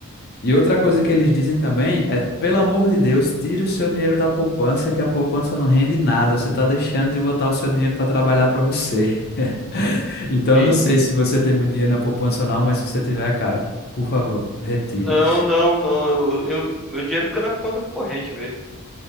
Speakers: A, on the left; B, in the centre.
A: E outra coisa que eles dizem também é, pelo amor de Deus, tire o seu dinheiro da poupança, que a poupança não rende nada. Você está deixando de botar o seu dinheiro para trabalhar para você. <laughs> Então,
B: Sim.
A: eu não sei se você tem muito dinheiro na poupança ou não, mas se você tiver, cara, por favor, retire.
B: Não, não, não. Eu, eu- meu dinheiro fica na conta corrente mesmo.